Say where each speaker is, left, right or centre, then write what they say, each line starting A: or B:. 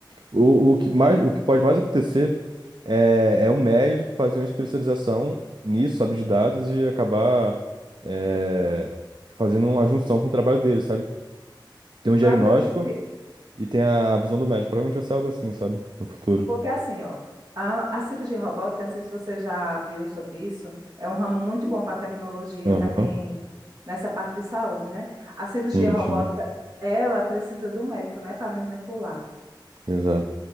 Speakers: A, on the right (about 65°); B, on the right (about 50°).
A: O, o que mais, o que pode mais acontecer é, é o médico fazer uma especialização nisso, sabe, de dados e acabar é, fazendo uma junção com o trabalho dele, sabe? Tem um diagnóstico
B: Eu acredito que
A: e tem a visão do médico. Provavelmente vai ser algo assim, sabe? No futuro.
B: Porque assim, ó, a, a cirurgia robótica, não sei se você já viu sobre isso, é um ramo muito bom para tecnologia,
A: Aham.
B: para quem nessa parte de saúde, né? A cirurgia
A: Sim,
B: robótica,
A: sim.
B: ela precisa do médico, né, para manipular,
A: Exato.